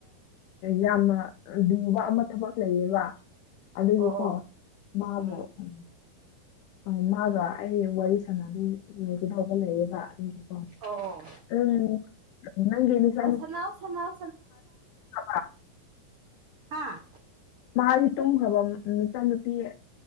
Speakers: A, on the left; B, on the right.
A: ꯌꯥꯝꯅ ꯂꯨꯕ ꯑꯃ ꯊꯕꯛ ꯂꯩꯌꯦꯕ ꯑꯗꯨꯗꯤꯀꯣ
B: ꯑꯣ ꯑꯣ
A: ꯃꯥꯕꯨꯣ
B: ꯎꯝ ꯎꯝ
A: ꯎ ꯑ ꯃꯥꯒꯣ ꯑꯩ ꯋꯥꯔꯤ ꯁꯥꯟꯅꯗꯒꯗꯧꯕ ꯂꯩꯌꯦꯕ ꯑꯗꯨꯒꯤꯀꯣ
B: ꯑꯣ ꯑꯣ
A: ꯎꯝ ꯅꯪꯦ ꯆ
B: ꯑꯣ ꯁꯅꯥꯎ ꯁꯅꯥꯎ
A: ꯄ
B: ꯍꯥꯥ
A: ꯃꯥꯗꯤ ꯇꯨꯝꯈ꯭ꯔꯕ ꯃꯆꯥꯅꯨꯄꯤ